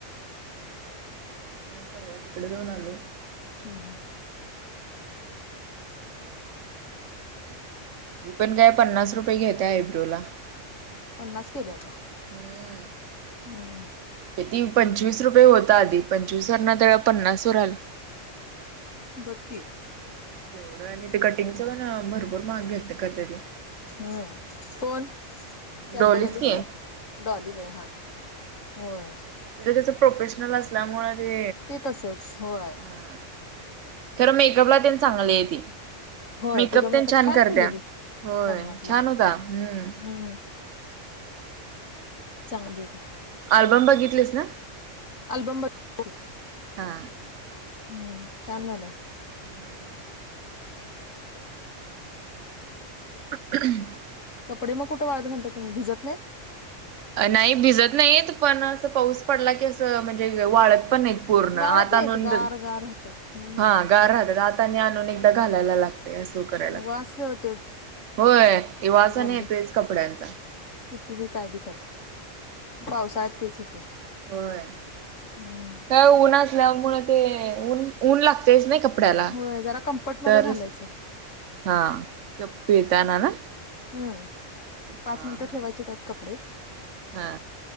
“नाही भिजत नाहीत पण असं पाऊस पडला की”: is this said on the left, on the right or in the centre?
Right